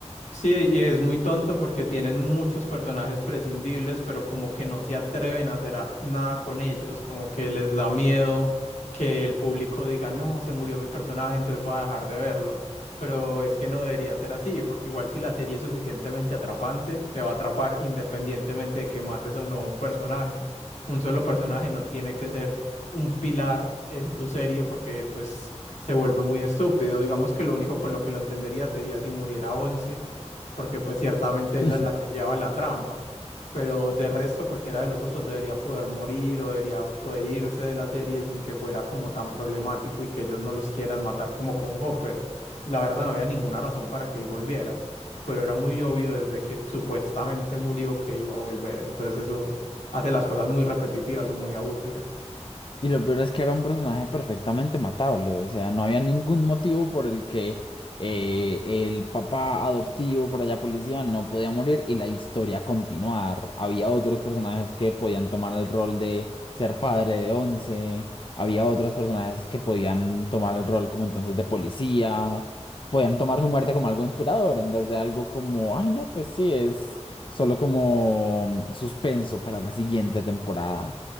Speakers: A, on the left; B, on the left.
A: Sí, y es muy tonto porque tienen muchos personajes prescindibles, pero como que no se atreven a hacer a- nada con ellos, como que les da miedo que el público diga, no, se murió mi personaje, entonces voy a dejar de verlo. Pero es que no debería ser así, porque igual si la serie es suficientemente atrapante, te va a atrapar independientemente de que mates o no un personaje. Un solo personaje no tiene que ser un pilar en tu serie porque pues se vuelve muy estúpido. Digamos que lo único con lo que lo entendería sería si muriera once porque pues ciertamente ella
B: <laughs>
A: es la que lleva la trama, pero de resto cualquiera de los otros debería poder morir o debería poder irse de la serie sin que fuera como tan problemático y que ellos no los quieran matar como con Hopper. La verdad no había ninguna razón para que él volviera, pero era muy obvio desde que supuestamente murió que iba a volver, entonces eso hace las cosas muy repetitivas o muy aburridas.
B: Y lo peor es que era un personaje perfectamente matable, o sea, no había ningún motivo por el que eh, el papá adoptivo por allá policía no podía morir y la historia continuar. Había otros personajes que podían tomar el rol de ser padre de once, había otros personajes que podían tomar el rol como entonces de policía, podían tomar su muerte como algo inspirador en vez de algo como, ay no, pues sí, es solo como mm, suspenso para la siguiente temporada.